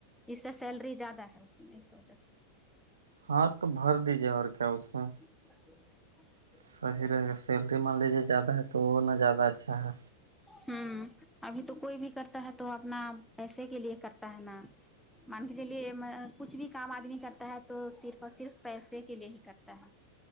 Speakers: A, in the centre; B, on the right (about 70°).
A: اس سے سیلری زیادہ ہے اس میں اس وجہ سے
B: ہاں تو بھر دیجیے اور کیا اس میں
A: ل <unintelligible>
B: ساہی رگست سیلری ماری جو زیادہ ہے تو وہ ن زیادہ اچھا ہے
A: ہوں ابھی تو کوئی بھی کرتا ہے تو اپنا پیسے کے لیے کرتا ہے نا مان کے چلیے کچھ بھی کام آدمی کرتا ہے تو صرف اور صرف پیسے کے لیے ہی کرتا ہے